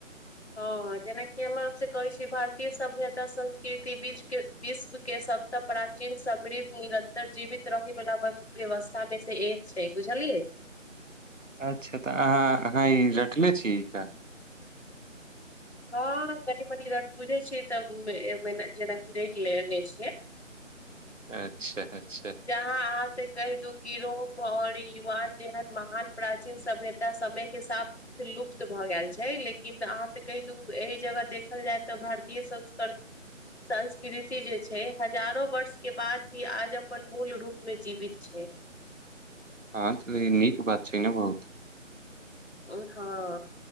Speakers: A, on the left; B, on the right.
A: हँ जेना कि हम <unintelligible> कहै छी भारतीय सभ्यता-संस्कृति बीचके विश्वके सबसँ प्राचीन समृद्ध निरन्तर जीवित रहै वला व्यवस्थामे सॅं एक छै बुझलियै?
B: अच्छा तऽ अहाँ, अहाँ ई रटले छियै?
A: हँ कनी-मनी रात बुझै छीयै तऽ उ एमेना जेना की रटि लेने छियै। <inaudible>
B: अच्छा अच्छा
A: जहाँ अहाँ से कहि दू कि रोम और युवान जेहन महान प्राचीन सभ्यता त समयके साथ लुप्त भऽ गेल छै लेकिन अहाँसे कहि दू एहि जगह देखल जाय तऽ भारतीय संस्कृत संस्कृति जे छै हजारो वर्षके बाद भी आज अपन मूल रूपमे जीवित छै
B: हँ तऽ नीक बात छै ने बहुत!
A: हँ,